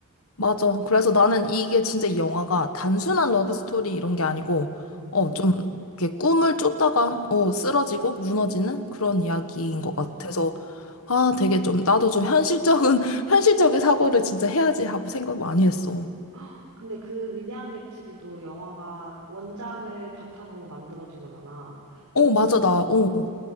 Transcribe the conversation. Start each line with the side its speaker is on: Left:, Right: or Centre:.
Left: 맞아. 그래서 나는 이게 진짜 이 영화가 단순한
Right: 응.
Left: 러브스토리 이런 게 아니고,
Right: 음.
Left: 어, 좀, 이렇게 꿈을 쫓다가, 어, 쓰러지고 무너지는 그런 이야기인
Right: 음.
Left: 것 같아서, 아, 되게 좀, 나도 좀 현실적인, <laughs> 현실적인 사고를 진짜 해야지 하고 생각 많이 했어.
Right: <gasps> 근데 그 위대한 개츠비도 영화가 원작을 바탕으로 만들어진 거잖아.
Left: 어, 맞아, 나, 어.